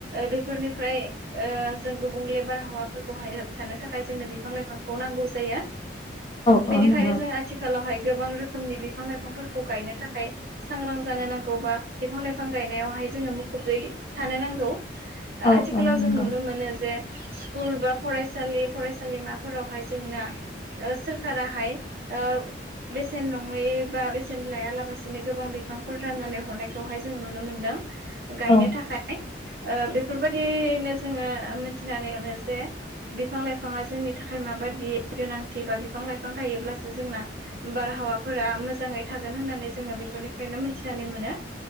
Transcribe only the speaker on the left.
औ
नंगौ
औ
औ।
नंगौ
औ